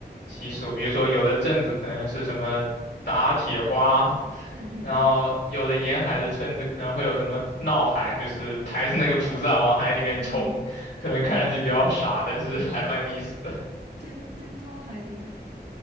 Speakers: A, on the left; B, on the right.
A: 习俗，比如说有的镇子可能是什么打铁花，
B: 嗯
A: 然后有的沿海的村子可能会有什么闹海，就是抬着那个菩萨往海里面冲，
B: 嗯嗯，
A: 可能看上去比较傻，但是 <laughs> 还蛮有意思的，
B: 真真冲海里啊！